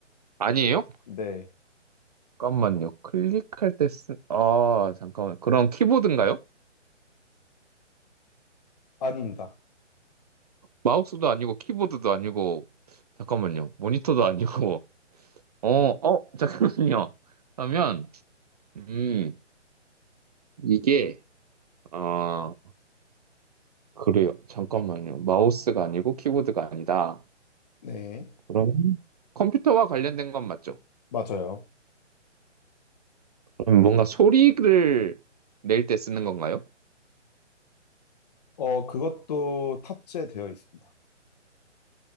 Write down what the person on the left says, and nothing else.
네,
아닙니다.
네,
맞아요.
어, 그것도 탑재되어 있습니다.